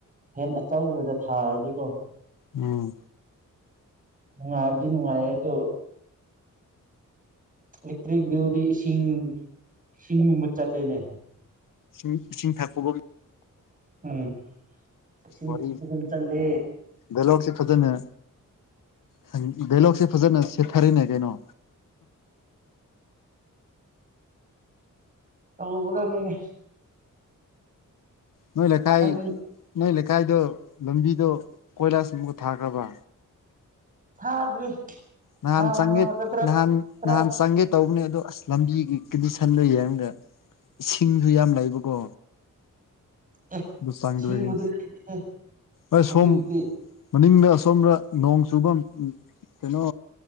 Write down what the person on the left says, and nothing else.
ꯎꯝ
ꯎ ꯏꯁꯤꯡ ꯊꯛꯄꯒꯨꯝ
ꯋꯥꯔꯤ
ꯗꯥꯏꯂꯣꯛꯁꯦ ꯐꯖꯅ ꯍꯪ ꯏ ꯗꯥꯏꯂꯣꯛꯁꯦ ꯐꯖꯅ ꯁꯦꯠꯊꯔꯦꯅꯦ ꯀꯩꯅꯣ
ꯅꯣꯏ ꯂꯩꯀꯥꯏ
ꯅꯣꯏ ꯂꯩꯀꯥꯏꯗꯣ ꯂꯝꯕꯤꯗꯣ ꯀꯣꯏꯂꯥꯁ ꯑꯃꯨꯒ ꯊꯥꯒ꯭ꯔꯕ
ꯅꯍꯥꯟ
ꯆꯪꯒꯦ ꯅꯍꯥꯟ
ꯅꯍꯥꯟ ꯆꯪꯒꯦ ꯇꯧꯕꯅꯦ ꯑꯗꯣ ꯑꯁ ꯂꯝꯕꯤꯒꯤ ꯀꯟꯗꯤꯁꯟꯗꯣ ꯌꯦꯡꯉꯒ ꯏꯁꯤꯡꯗꯤ ꯌꯥꯝ ꯂꯩꯕꯀꯣ
ꯂꯨ ꯆꯪꯒ꯭ꯔꯦꯅꯦ
ꯑ
ꯁꯣꯝ ꯃꯅꯤꯡꯗ ꯁꯣꯝꯔ ꯅꯣꯡ ꯆꯨꯐꯝ ꯀꯩꯅꯣ